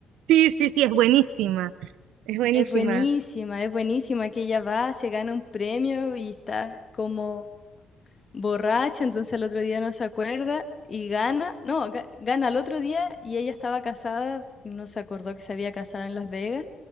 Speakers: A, on the right; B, on the left.
A: sí, sí, sí, es buenísima. Es buenísima.
B: Es buenísima, es buenísima que ella va, se gana un premio y está como borracha, entonces el otro día no se acuerda y gana, no, ga- gana el otro día y ella estaba casada, no se acordó que se había casado en Las Vegas